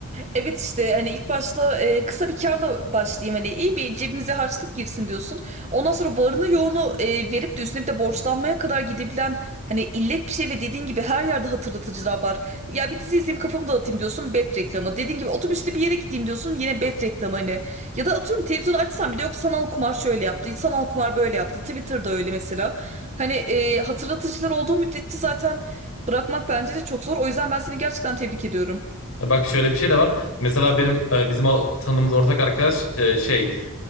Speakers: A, on the right; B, on the left.
A: Evet işte hani ilk başta e, kısa bir kârla başlayayım hani iyi bir cebimize harçlık girsin diyorsun. Ondan sonra varını yoğunu e, verip de üstüne bir de borçlanmaya kadar gidebilen hani illet bir şey ve dediğin gibi her yerde hatırlatıcılar var. Ya bir dizi izleyeyim kafamı dağıtayım diyorsun bet reklamı. Dediğin gibi otobüste bir yere gideyim diyorsun yine bet reklamı hani. Ya da atıyorum televizyonu açsam bile yok sanal kumar şöyle yaptı, sanal kumar böyle yaptı. Twitter'da öyle mesela. Hani e, hatırlatıcılar olduğu müddetçe zaten bırakmak bence de çok zor. O yüzden ben seni gerçekten tebrik ediyorum.
B: E, Bak şöyle bir şey de var. Mesela benim e, bizim o tanıdığımız ortak arkadaş e, şey